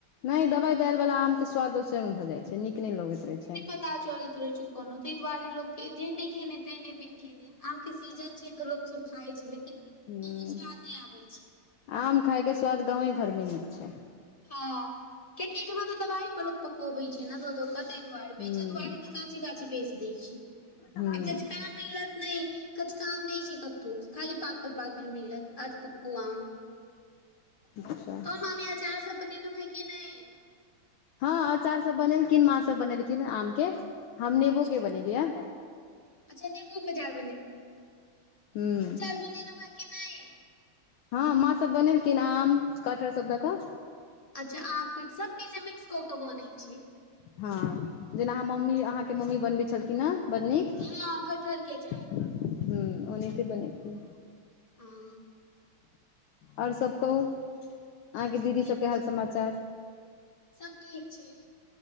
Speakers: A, on the left; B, on the left.
A: नहि दवाई दालि बाला आम के स्वाद दोसरंगे भऽ जाइत छै नीक नहि लगैत रहै छय
B: त चल छै कोनो तहि दुआरे लोक के जे नहि खेने ते नहि बिन खेने आम के सीजन छै तऽ लोको सब खाय छै लेकिन
A: हूँ
B: ओ स्वाद नहि आबे छै
A: आम खायके स्वाद गाँवे घर में नीक छै
B: हँ कियाकि एहिठमा तऽ दबहि पकबे छै ने दुआरि
A: हूँ
B: बेच दुआरे तऽ काचे काचे बेच दै छिय
A: हूँ
B: आ कच का <unintelligible> मिलत नहि कचका आम नहि छैय कतहु खाली पाकल पाकल मिलत अधपक्कू आम।
A: अच्छा
B: तोहर नानी अचार सब बनेने हव कि नहि?
A: हँ अचार सब बनेलखिन माँ सभ बनेलखिन आम के हम नेबो
B: अच्छा
A: के बनेलियै।
B: अच्छा नींबू के अचार
A: हूँ
B: <unintelligible> की नहि
A: हँ माँ सभ बनेलखिन आम कटहर सब दऽ कऽ।
B: अच्छा आप के सब चीज मिक्स क के बनैत छैय।
A: हँ जेना अहाँ मम्मी अहाँके मम्मी बनबै छलखिन हेँ बड़ नीक।
B: हँ कटहर के अचार।
A: हूं ओनहते बनैली या।
B: हाँ
A: आओर सब कहू अहाँके
B: और
A: दीदी
B: सब ठीक
A: सबके हाल
B: छै
A: समाचार।
B: सब ठीक छैय।